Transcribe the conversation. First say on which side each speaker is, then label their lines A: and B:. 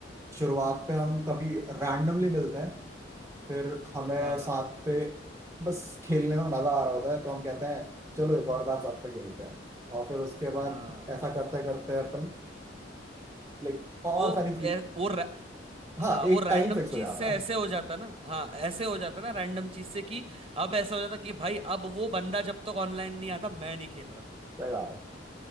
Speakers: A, on the right; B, on the right.
A: शुरुआत पे हम कभी रैंडमली मिलते हैं फिर हमें
B: हाँ
A: साथ पे बस खेलने में मजा आ रहा होता है तो हम कहते हैं चलो एक और बार साथ पे खेलते हैं और फिर उसके बाद
B: हाँ
A: ऐसा करते करते अपन लाइक और
B: वो
A: सारी चीज
B: ए, वो रै- हाँ
A: हाँ
B: वो
A: एक
B: रैंडम
A: टाइम फिक्स
B: चीज
A: हो जाता
B: से
A: है
B: ऐसे हो जाता ना हाँ ऐसे हो जाता ना रैंडम चीज से कि अब ऐसा हो जाता कि भाई अब वो बंदा जब तक ऑनलाइन नहीं आता मैं नहीं खेल रहा
A: सही बात है